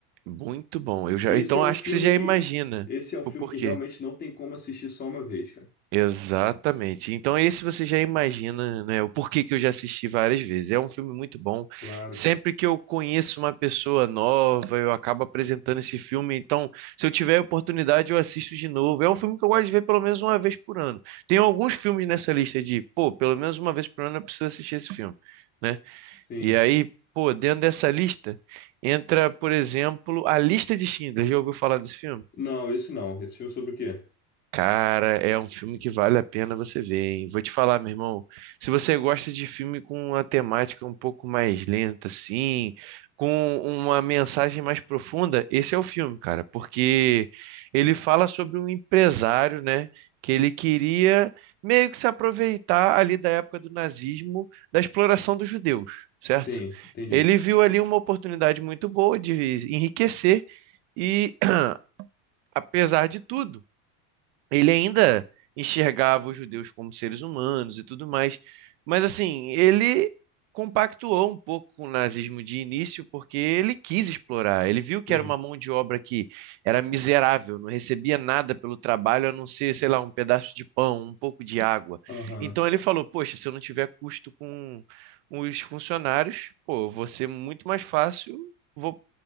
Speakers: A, on the right; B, on the left.
A: Muito bom. Eu já...
B: Esse
A: Então,
B: é um
A: acho
B: filme
A: que você já
B: que,
A: imagina
B: esse é um filme
A: o porquê.
B: que realmente não tem como assistir só uma vez, cara.
A: Exatamente. Então, esse você já imagina, né, o porquê que eu já assisti várias vezes. É um filme muito bom.
B: Claro,
A: Sempre
B: cara.
A: que eu conheço uma pessoa nova, eu acabo apresentando esse filme. Então, se eu tiver a oportunidade, eu assisto de novo. É um filme que eu gosto de ver pelo menos uma vez por ano. Tem alguns filmes nessa lista de, pô, pelo menos uma vez por ano eu preciso assistir esse filme, né?
B: Sim.
A: E aí, pô, dentro dessa lista entra, por exemplo, A Lista de Schindler. Já ouviu falar desse filme?
B: Não, esse não. Esse filme é sobre o quê?
A: Cara, é um filme que vale a pena você ver, hein? Vou te falar, meu irmão. Se você gosta de filme com uma temática um pouco mais lenta, assim, com uma mensagem mais profunda, esse é o filme, cara, porque ele fala sobre um empresário, né, que ele queria meio que se aproveitar ali da época do nazismo, da exploração dos judeus, certo?
B: Sim, entendi.
A: Ele viu ali uma oportunidade muito boa de enriquecer e, <clears throat> apesar de tudo ele ainda enxergava os judeus como seres humanos e tudo mais, mas assim, ele compactuou um pouco com o nazismo de início porque ele quis explorar, ele viu
B: Sim.
A: que era uma mão de obra que era miserável, não recebia nada pelo trabalho a não ser, sei lá, um pedaço de pão, um pouco de água.
B: Aham.
A: Então ele falou: Poxa, se eu não tiver custo com os funcionários, pô, vou ser muito mais fácil, vou